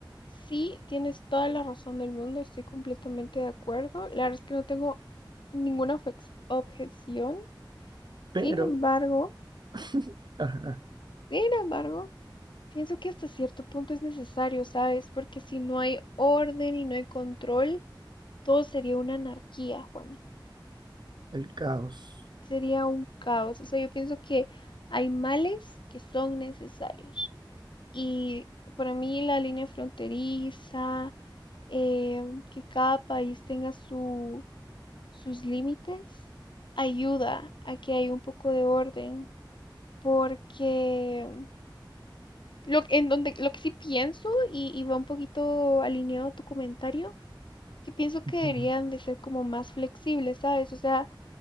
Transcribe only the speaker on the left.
Sí, tienes toda la razón del mundo, estoy completamente de acuerdo. La verdad es que no tengo ninguna objex- objeción.
Sin embargo,
sin embargo, Pienso que hasta cierto punto es necesario, ¿sabes? Porque si no hay orden y no hay control, todo sería una anarquía, Juani.
Sería un caos. O sea, yo pienso que hay males que son necesarios. Y para mí la línea fronteriza, eh, que cada país tenga su, sus límites, ayuda a que haya un poco de orden. Porque lo, en donde, lo que sí pienso, y, y va un poquito alineado a tu comentario, que pienso que
deberían de ser como más flexibles, ¿sabes? O sea,